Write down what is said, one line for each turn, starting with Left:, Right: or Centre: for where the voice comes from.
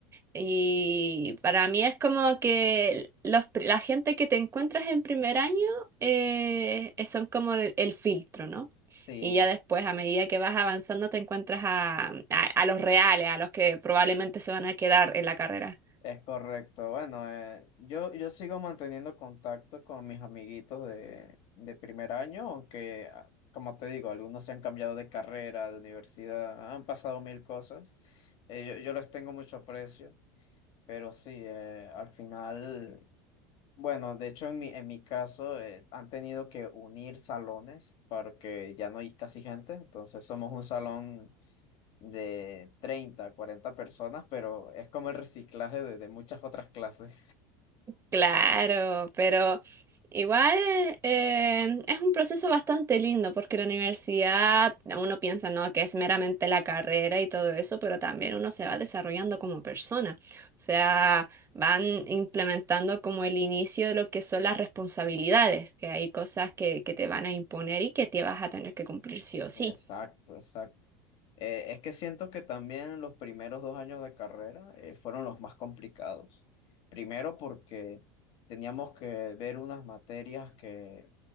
Right: Y para mí es como que los, pri- la gente que te encuentras en primer año eh, son como el, el filtro, ¿no?
Left: sí,
Right: Y ya después, a medida que vas avanzando, te encuentras a, a, a los reales, a los que probablemente se van a quedar en la carrera.
Left: es correcto. Bueno, eh, yo, yo sigo manteniendo contacto con mis amiguitos de, de primer año, aunque, ah, como te digo, algunos se han cambiado de carrera, de universidad, han pasado mil cosas. Eh, yo, yo les tengo mucho aprecio, pero sí, eh, al final... Bueno, de hecho en mi, en mi caso eh, han tenido que unir salones porque ya no hay casi gente, entonces somos un salón de 30 40 personas, pero es como el reciclaje de, de muchas otras clases.
Right: Claro, pero igual eh, es un proceso bastante lindo porque la universidad, uno piensa, no, que es meramente la carrera y todo eso, pero también uno se va desarrollando como persona. O sea, van implementando como el inicio de lo que son las responsabilidades, que hay cosas que, que te van a imponer y que te vas a tener que cumplir sí o sí.
Left: Exacto, exacto. Eh, es que siento que también los primeros dos años de carrera eh, fueron los más complicados. Primero porque teníamos que ver unas materias que